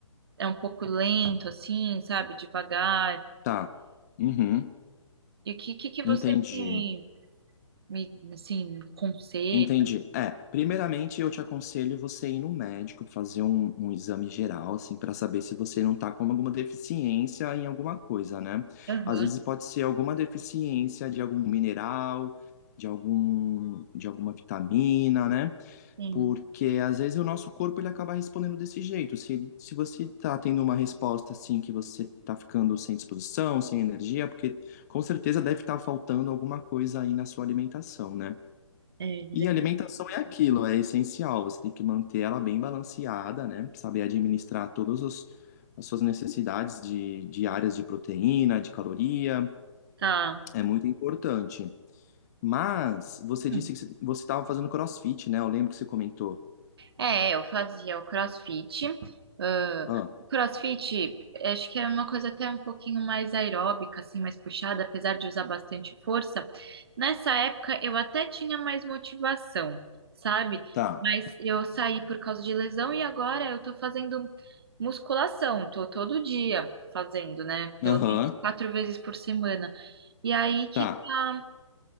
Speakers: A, on the right (about 50°); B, on the left (about 30°).
A: é um pouco lento, assim, sabe? Devagar.
B: tá. Uhum.
A: E o que, que, que você
B: Entendi.
A: me, me, assim, conselha?
B: Entendi. É, primeiramente eu te aconselho você ir no médico, fazer um, um exame geral, assim, para saber se você não tá com alguma deficiência em alguma coisa, né?
A: Aham,
B: Às vezes pode ser alguma deficiência de algum mineral, de algum, de alguma vitamina, né?
A: sim.
B: Porque às vezes o nosso corpo ele acaba respondendo desse jeito. Se, se você tá tendo uma resposta assim que você tá ficando sem disposição, sem energia, porque com certeza deve estar faltando alguma coisa aí na sua alimentação, né?
A: É,
B: E alimentação é aquilo, é essencial. Você tem que manter ela bem balanceada, né? Saber administrar todas os- as suas necessidades de, diárias de proteína, de caloria,
A: tá.
B: é muito importante. Mas você
A: Hum.
B: disse que você estava fazendo CrossFit, né? Eu lembro que você comentou.
A: É, eu fazia o CrossFit. ãh,
B: Ah,
A: o CrossFit, acho que era uma coisa até um pouquinho mais aeróbica, assim, mais puxada, apesar de usar bastante força. Nessa época, eu até tinha mais motivação, sabe?
B: tá.
A: Mas eu saí por causa de lesão e agora eu tô fazendo musculação, tô todo dia fazendo, né? Pelo
B: Aham,
A: menos quatro vezes por semana. E aí que
B: tá.
A: tá